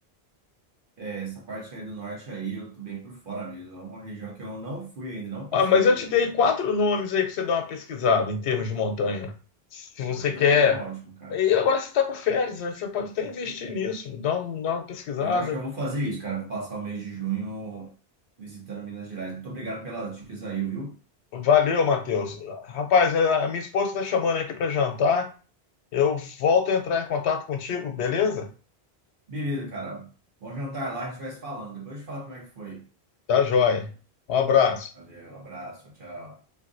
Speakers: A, on the right; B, on the left.
A: É, essa parte aí do norte aí, eu tô bem por fora mesmo. É uma região que eu não fui ainda, não pisei
B: Ah, mas eu
A: ali,
B: te dei
A: cara.
B: quatro nomes aí para você dar uma pesquisada em termos de montanha. Se você
A: Não,
B: quer.
A: tá ótimo, cara.
B: E agora você está com férias, aí você pode até investir nisso, dá, um, dá uma pesquisada.
A: E eu acho que eu vou fazer isso, cara. Vou passar o mês de junho visitando Minas Gerais. Muito obrigado pelas dicas aí, viu?
B: Valeu, Matheus. Rapaz, é, a minha esposa está chamando aqui para jantar. Eu volto a entrar em contato contigo, beleza?
A: Beleza, cara. Bom jantar lá, a gente vai se falando. Depois eu te falo como é que foi.
B: Tá joia. Um abraço.
A: Valeu, abraço, tchau. tchau.